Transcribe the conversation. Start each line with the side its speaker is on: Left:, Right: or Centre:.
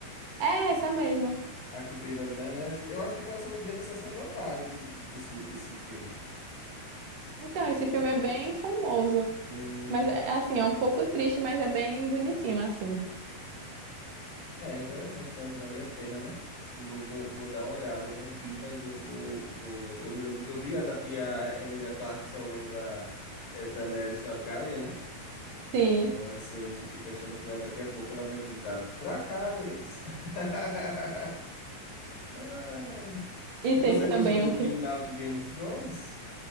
Right: É essa mesmo.
Left: a que fez a Daenerys. Eu acho que passou um dia na sessão da tarde esse, esse, esse filme.
Right: Então, esse filme é bem famoso,
Left: Hum,
Right: mas é, assim, é um pouco triste, mas é bem bonitinho assim.
Left: é interessante, parece valer a pena, né? Vou, vou vou dar uma olhada. Eu não vi, mas eu vou, vou. Eu me lembro que eu vi, e a, e a Emilia Clarke só lembra é, Daenerys Targaryen, né?
Right: Sim.
Left: Então, assim, a gente fica achando que vai daqui a pouco ela vai gritar Dracarys! <laughs> Ai.
Right: E
Left: E
Right: tem
Left: você
Right: também
Left: gostou do
Right: o que
Left: final de Game of Thrones?